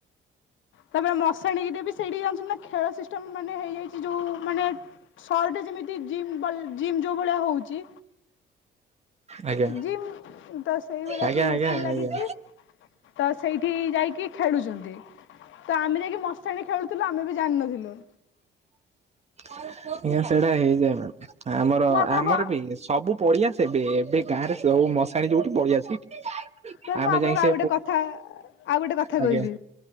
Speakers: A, on the left; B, on the right.
A: ତାପରେ ମଶାଣୀ ଟା ବି ସେଇଠି ଯାଉଚନ୍ତି ନା ଖେଳ ସିଷ୍ଟମ ମାନେ ହେଇଯାଇ ଯୋଉ ମାନେ <unintelligible> ଜିମ୍ ବଲ୍ ଜିମ୍ ଯୋଉ ଭଳିଆ ହଉଚି
B: ଆଜ୍ଞା
A: ଜିମ୍ ତ ସେଇଭଳିଆ
B: ଆଜ୍ଞା
A: ସବୁ
B: ଆଜ୍ଞା
A: ମେସିନ୍
B: ଆଜ୍ଞା।
A: ଲାଗିଚି। ତ ସେଇଠି ଯାଇକି ଖେଳୁଛନ୍ତି। ତ ଆମେ ଯାଇକି ମସାଣି ରେ ଖେଳୁଥିଲୁ ଆମେ ବି ଜାଣିନଥିଲୁ।
B: ଆଜ୍ଞା ସେଇଟା ହେଇଯାଏ ମ୍ୟାମ୍। ଆମର
A: ଆପଣଙ୍କୁ
B: ଆମର ବି ସବୁ ପଡିଆ ସେବେ ଏବେ ଗାଁରେ ଯୋଉ ମଶାଣି ଯୋଉଠି ପଡିଆ ସେଇଠି।
A: ସାର୍
B: ଆମେ
A: ମୁଁ ଆପଣଙ୍କୁ
B: ଯାଇ
A: ଆଉ
B: ସେ
A: ଗୋଟେ କଥା ଆଉ ଗୋଟେ କଥା
B: ଆଜ୍ଞା
A: କହିବି।